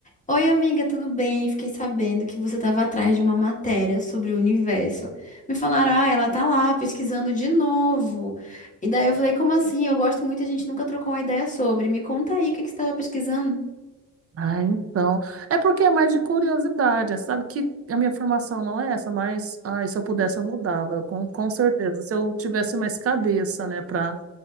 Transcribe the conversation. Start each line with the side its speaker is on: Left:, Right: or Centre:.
Left: Oi, amiga, tudo bem? Fiquei sabendo que você estava atrás de uma matéria sobre o universo. Me falaram, ah, ela tá lá pesquisando de novo. E daí eu falei, como assim? Eu gosto muito, a gente nunca trocou uma ideia sobre. Me conta aí o que que você estava pesquisando.
Right: Ah, então. É porque é mais de curiosidade, sabe? Que a minha formação não é essa, mas ai, se eu pudesse eu mudava, com, com certeza. Se eu tivesse mais cabeça, né, para